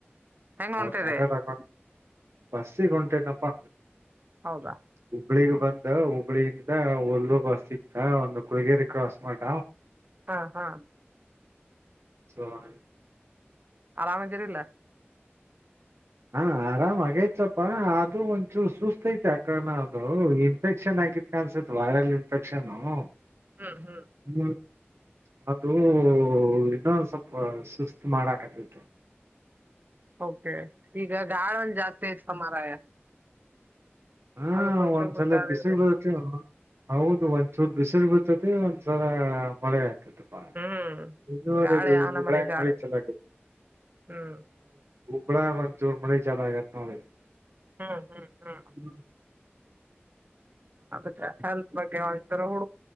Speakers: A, on the right; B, on the right.
A: ಹೆಂಗ್
B: ಹ್ಮಹೌದು
A: ಹೊಂಟಿದೆ
B: ಚಾರ್ಟೆಡ್ ಅಕೌಂಟ್ ಬಸ್ಸಿಗೆ ಒಂಟಿತನಪ್ಪ
A: ಹೌದಾ
B: ಹುಬ್ಬಳ್ಳಿ ಬಂದು ಹುಬ್ಬಳ್ಳಿಯಿಂದ ಬಸ್ ಸಿಕ್ತಾ ಕುಳಗೇರಿ ಕ್ರಾಸ್ ಮಠ
A: ಹಾ ಹಾ
B: ಸಾರಿ
A: ರಾಮದಿರೇ ಇಲ್ಲ
B: ಹಾ ಆರಾಮ್ ಆಗೈತಪ್ಪಾ ಆದ್ರೂ ಒಂಚೂ ಸುಸ್ತೈತಿ ಆಕಣ ಅದು ಇನ್ಫೆಕ್ಷನ್ ಆಗಿ ವೈರಲ್ ಇನ್ಫೆಕ್ಷನ್ ಆಗಿತ್ತು ಅಂತ ಅನ್ಸುತ್ತೆ
A: ಹ್ಮ್ ಹ್ಮ್
B: ಹ್ಮ ಅದು ಇನ್ನೊಂದ್ ಸ್ವಲ್ಪ ಸುಸ್ತ್ ಬಹಳ ಆಕತಿ
A: ಓಕೆ ಈಗ ಗಾಳಿ ಒಂದು ಜಾಸ್ತಿ ಆಯ್ತು ಮಾರಾಯ
B: ಹಾ
A: ಅದಕ್ಕೊಂಚೂರ್
B: ಸತ್ಯ
A: ಹುಷಾರಿರ್ಬೇಕ್
B: ಬಿಸ್ಲು ಬೀಳುತ್ತೆ ಒಂದ್ ಸತಿ ಹೌದು ಬಿಸಿಲು ಬರುತ್ತದೆ ಒಂದು ತರಹ ಮಳೆ ಕಪ್ಪಾ
A: ಹ್ಮ್
B: ಮಕ್ಕಳ
A: ಗಾಳಿ ಯಾವ ನಮನಿ ಗಾಳಿ
B: ಮಳೆ ಚಲವಾದಿ
A: ಹ್ಮ್
B: ಹುಬ್ಬಳ್ಳಿ ಹಾಗೆ ಒಂಚೂರು ಮಳೆ ಚಲವಾದಿ ನೋಡಿಲ್ಲಿ
A: ಹಾಂ ಹಾಂ ಹಾಂ
B: ಹ್ಮ
A: ಅದಕ್ಕೆ ಹೆಲ್ತ್ ಬಗ್ಗೆ ಒಂಚೂರ ಹು